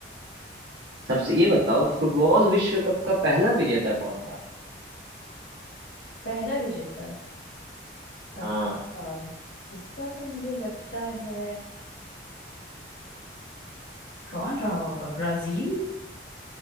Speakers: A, on the right; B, on the left.
A: सबसे ये बताओ फुटबॉल विश्व कप का पहला विजेता कौन था
B: पहला विजेता अच्छा
A: हाँ
B: इसका तो मुझे लगता है कौन रहा होगा ब्राजील